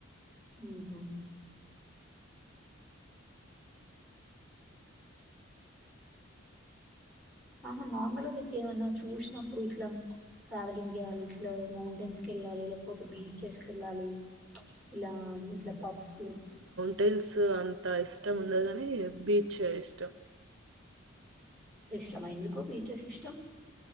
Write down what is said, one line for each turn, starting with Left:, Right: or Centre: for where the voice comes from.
Centre: ఉహూ. ఆహ్ మర్. అమ్మలో మీకు ఏమన్నా చూసినప్పుడు ఇట్లా ప్చ్ ట్రావెలింగ్ చేయాలి. ఇట్లా మౌంటైన్స్ కి వెళ్ళాలి. లేకపోతే బీచెస్కి వెళ్ళాలి. ప్చ్ ఇలా ఇట్లా పబ్స్ కి వెళ్లా.
Right: టిల్స్ అంత ఇష్టం ఉండది గనీ. బీచే ఇష్టం.
Centre: చమ ఎందుకు. ఓ బిచేస్ సిస్టమ్.